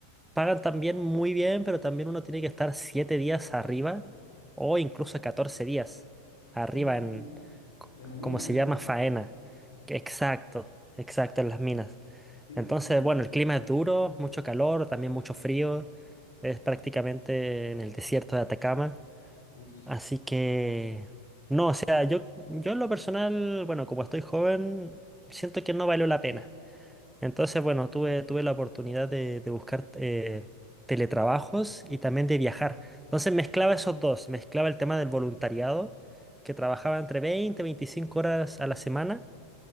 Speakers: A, in the centre; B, on the left.
A: pagan también muy bien, pero también uno tiene que estar siete días arriba o incluso 14 días arriba
B: Sí, sí,
A: en, c-
B: en las minas.
A: como se llama, faena. Que- Exacto, exacto, en las minas.
B: Sí,
A: Entonces,
B: sí.
A: bueno, el clima es duro, mucho calor, también mucho frío. Es prácticamente en el desierto de Atacama.
B: Uy,
A: Así que, no, o sea, yo, yo en lo personal, bueno, como estoy joven, siento que no valió la pena. Entonces, bueno, tuve, tuve la oportunidad de, de buscar eh, teletrabajos y también de viajar. Entonces mezclaba esos dos, mezclaba el tema del voluntariado, que trabajaba entre veinte y 25 horas a la semana,